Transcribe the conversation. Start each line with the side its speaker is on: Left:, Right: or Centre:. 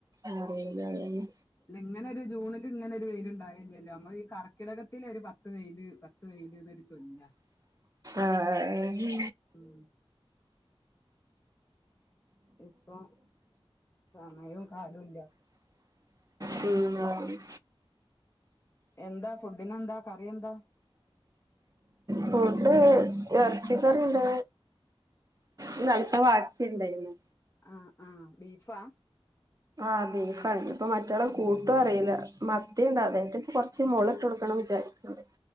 Right: അറിയില്ല അതന്നെ
Left: ഇങ്ങനെ ഒരു ജൂണില് ഇങ്ങനെ ഒരു വെയിലുണ്ടായില്ലല്ലോ നമ്മൾ ഈ കർക്കിടകത്തില് ഒരു പത്ത് വെയില് പത്ത് വെയില് ന്നൊരു ചൊല്ലാ
Right: ആഹ്
Left: ഉം ഇപ്പൊ സമയും കാലവും ഇല്ല
Right: പിന്നെ
Left: എന്താ ഫുഡിന് എന്താ കറി എന്താ
Right: ഫുഡ ഇറച്ചിക്കറി ണ്ട് ഇന്നലത്തെ വാക്കിണ്ടായിരുന്നു
Left: ആഹ ആഹ ബീഫാ
Right: ആഹ ബീഫാണ് ഇപ്പ മറ്റയാളെ കൂട്ടും അറിയില്ല മത്തിയണ്ട് അതായിട്ട കൊറച്ച് മുളിട്ട് കൊടുക്ക വിചാരിക് ണ്ട്